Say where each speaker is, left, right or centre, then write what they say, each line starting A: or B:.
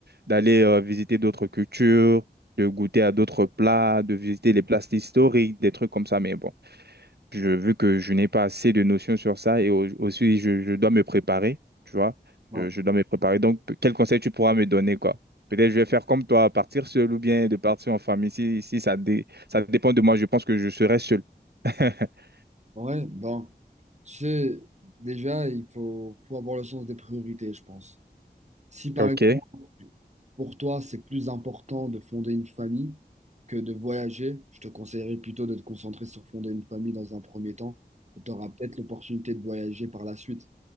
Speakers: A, on the right; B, on the right.
A: d'aller euh, visiter d'autres cultures, de goûter à d'autres plats, de visiter les places historiques, des trucs comme ça, mais bon, je, vu que je n'ai pas assez de notions sur ça et au- aussi je, je dois me préparer, tu vois,
B: Ouais.
A: je, je dois me préparer, donc quel conseil tu pourras me donner, quoi? Peut-être je vais faire comme toi, partir seul ou bien de partir en famille, si, si ça, dé- ça dépend de moi, je pense que je serai seul. <laughs>
B: Ouais, ben, tu sais, déjà, il faut, faut avoir le sens des priorités, je pense. Si par
A: Ok.
B: exemple, pour toi, c'est plus important de fonder une famille que de voyager, je te conseillerais plutôt de te concentrer sur fonder une famille dans un premier temps. Tu auras peut-être l'opportunité de voyager par la suite.